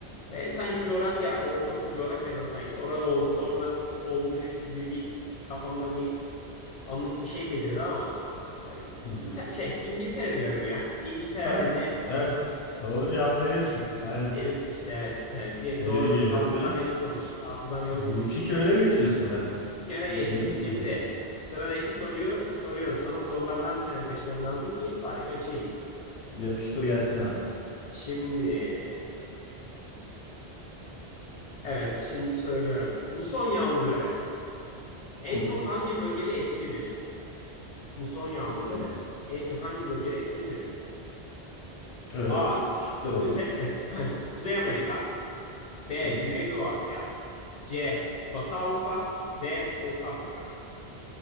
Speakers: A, on the left; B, on the left.
A: Ve sanki coğrafya, ortaokul coğrafyadan sanki orada oldu, orada olmuş gibi bir kafamda bir anlık bir şey belirdi ama ay,
B: hı hı.
A: İta- şey İngiltere diyorum ya. İngiltere
B: Evet,
A: bence
B: evet. Doğru cevabı veriyorsun.
A: İngiltere
B: Aynen.
A: işte evet, evet bir
B: Tebrik
A: doğru
B: ediyorum
A: hafızam
B: ve
A: yanıltmamış. Hafızam
B: <clears throat>
A: yanıltmamış.
B: üç iki öne geçiyorsun ben.
A: İlk öne geçtik.
B: Yeniyorsun
A: Şimdi
B: beni
A: sıradaki soruyu soruyorum. Sana zorlardan bir tane seçmem lazım ki farkı açayım.
B: Yapıştır gelsin abi.
A: Şimdi evet şimdi söylüyorum. Muson yağmurları en
B: Hı hı.
A: çok hangi bölgede etkilidir? Muson yağmurları
B: Hı.
A: en çok hangi bölgede etkilidir?
B: Evet.
A: A.
B: Şıklar
A: Kuzey,
B: alayım.
A: <clears throat> Kuzey Amerika B.
B: Hı hı.
A: Güneydoğu Asya C. Batı Avrupa D. Orta Afrika